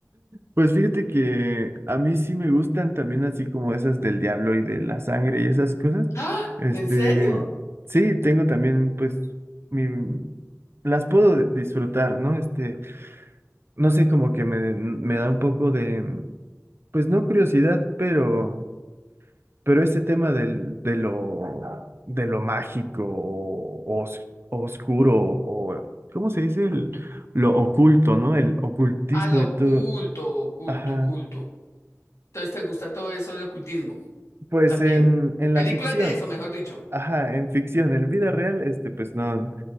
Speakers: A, on the right; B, on the left.
A: Pues fíjate que a mí sí me gustan también así como esas del diablo y de la sangre y esas cosas,
B: ¡Ah!
A: este,
B: ¿En serio?
A: sí, tengo también pues mi las puedo de- disfrutar, ¿no? Este, no sé, como que me, me da un poco de, pues no curiosidad, pero, pero ese tema del, de lo, de lo mágico o, os- oscuro o, ¿cómo se dice? El- lo oculto, ¿no? El ocultismo
B: Al oculto,
A: y todo.
B: oculto,
A: Ajá.
B: oculto. Entonces, ¿te gusta todo eso del ocultismo?
A: Pues
B: También.
A: en, en
B: Películas
A: la ficción.
B: de eso, mejor dicho.
A: Ajá, en ficción, en vida real, este, pues no,